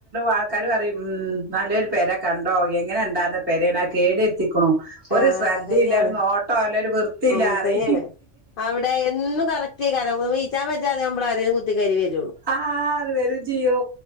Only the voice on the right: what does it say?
ആൾക്കാരും പറിയും ഉം നല്ലൊരു പെര കണ്ടോ എങ്ങനെ ഉണ്ടായിരുന്ന പെരാണ് അത് കേട് രുതി. ണ് ഒരു
ശ്രദ്ധയില്ല
ഒരു നോട്ടം ഇല്ല ഒരു വൃത്തിയില്ലറി.
ആ അത് വരും ചെയ്യും